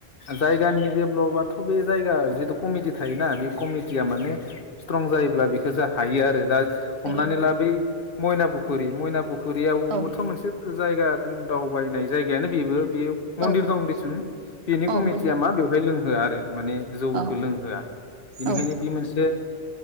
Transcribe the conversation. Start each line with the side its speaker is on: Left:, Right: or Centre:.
Left: जायगानि डेभ्लपआथ' बे जायगा जिथु कमिटि थायोना बे कमिटिया माने स्ट्रं जायोब्ला बेखौ जा हायो आरो दा हमनानै
Right: हायो
Left: ला बै मैना पुखुरि मयना पुखुर खुरियावबोथ'
Right: औ
Left: मोनसे जायगा दावबायनाय जायगायानो बेबो बे मन्दिर
Right: औ
Left: दं देसुन। बेनि
Right: औ
Left: कमिटिया
Right: मन्दिर
Left: मा बेवहाय लोंहोआ आरो माने जौखो
Right: औ
Left: लोंहोआ। बेनिखायनो
Right: औ
Left: बे मोनसे